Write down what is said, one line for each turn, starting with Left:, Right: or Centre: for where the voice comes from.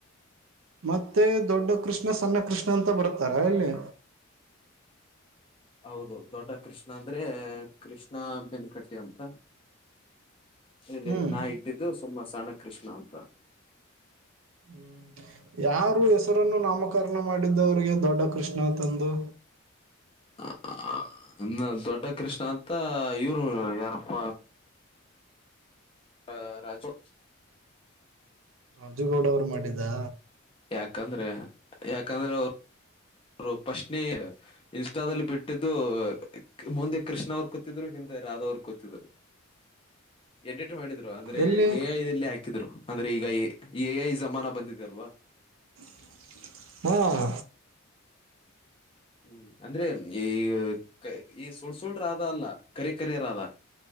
Right: ಮತ್ತೆ ದೊಡ್ಡ ಕೃಷ್ಣ ಸಣ್ಣ ಕೃಷ್ಣ ಅಂತ ಬರ್ತಾರ ಎಲ್ಲಿ.
Left: ಹೌದು ದೊಡ್ಡ ಕೃಷ್ಣ ಅಂದ್ರೆ ಕೃಷ್ಣ ಬೆನ್ಕಟ್ಟೆ ಅಂತ. ಇಲ್ಲಿ
Right: ಹ್ಮ್
Left: ನಾ ಇಟ್ಟಿದ್ದು ಸುಮ್ಮ ಸಣ್ಣ ಕೃಷ್ಣ ಅಂತ.
Right: ಹ್ಮ್ ಯಾರು ಹೆಸರನ್ನು ನಾಮ. ನಾಮಕರಣ ಮಾಡಿದವರಿಗೆ ದೊಡ್ಡ ಕೃಷ್ಣ ಅಂತ ಅಂದು
Left: ಆ <unintelligible> ನ ದೊಡ್ಡ ಕೃಷ್ಣ ಅಂತ ಇವ್ರು ಯಾರಪ್ಪ ಅ ರಾಜೋ
Right: ರಾಜುಗೌಡ ಅವ್ರು ಮಾಡಿದ್ದಾ
Left: ಯಾಕಂದ್ರೆ ಯಾಕಂದ್ರೆ ಅವ್ರ ಅವರು ಪಶ್ನೇ ಇನ್ಸ್ಟಾದಲ್ಲಿ ಬಿಟ್ಟಿದ್ದು ಅಅ ಮುಂದೆ ಕೃಷ್ಣ ಅವರು ಕು ಕೂತಿದ್ರ ಹಿಂದೆ ರಾಧಾ ಅವ್ರು ಕೂತಿದ್ರು ಎಡಿಟ್ ಮಾಡಿದ್ರು ಅಂದ್ರೆ
Right: ಎಲ್ಲಿ
Left: ಎ ಐ ದಲ್ಲಿ ಹಾಕಿದ್ರು ಅಂದ್ರೆ ಈಗ ಎ-ಎ ಐ ಜಮಾನ ಬಂದಿದೆ ಅಲ್ವಾ <inaudible>
Right: <unintelligible>
Left: ಹ್ಮ್ ಅಂದ್ರೆ ಎವ ಕ್ಕ್ಕ ಈ ಸುಳ್ ಸುಳ್ ರಾದಾ ಅಲ್ಲ ಕರೆ ಕರೆ ರಾದಾ.